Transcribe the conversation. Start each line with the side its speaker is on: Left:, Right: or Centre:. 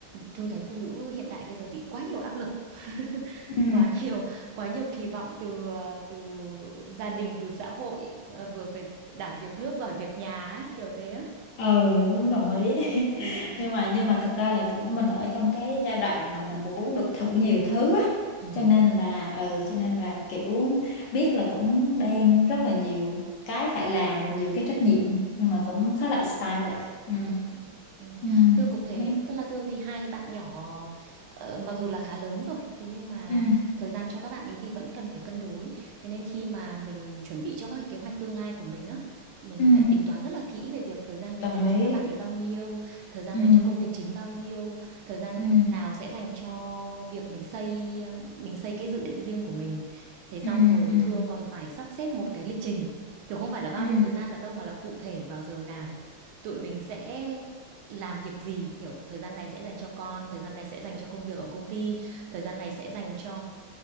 Right: thường thấy phụ nữ hiện đại bây giờ bị quá nhiều áp lực <laughs>
Left: Ừ.
Right: quá nhiều quá nhiều kỳ vọng từ ờ, từ gia đình từ xã hội ờ, vừa phải đảm việc nước giỏi việc nhà ấy kiểu thế á
Left: ừ đúng đồng ý <laughs>
Right: ừ
Left: nhưng mà nhưng mà thực ra là kiểu mình ở trong cái giai đoạn mà mình cũng muốn được thử nhiều thứ á
Right: ừ
Left: cho nên là ừ cho nên là kiểu biết là cũng đang rất là nhiều cái phải làm rồi nhiều cái trách nhiệm nhưng mà cũng khá là excited ừ
Right: Ừ, ừ.
Left: ừ
Right: Thương cũng thế,
Left: đó
Right: tức là Thương thì hai bạn nhỏ ờ, mặc dù là khá lớn rồi, thế nhưng mà
Left: ừ
Right: thời gian cho các bạn ấy thì vẫn cần phải cân đối. Thế nên khi mà mình chuẩn bị cho các cái kế hoạch tương lai của mình á, mình
Left: ừ
Right: phải tính toán rất là kỹ về việc thời gian mình
Left: đồng
Right: dành
Left: ý
Right: cho các bạn ấy bao nhiêu, thời gian
Left: ừ
Right: dành cho công việc chính bao nhiêu, thời gian
Left: ừ
Right: nào sẽ dành cho việc mình xây mình xây cái dự định riêng của mình. Thế xong
Left: ừ
Right: rồi
Left: ừ
Right: Thương còn phải sắp xếp một cái lịch trình. Thì không phải là bao
Left: ừ
Right: nhiêu thời gian nữa đâu mà là cụ thể vào giờ nào tụi mình sẽ làm việc gì kiểu thời gian này sẽ dành cho con thời gian này sẽ dành cho công việc ở công ty thời gian này sẽ dành cho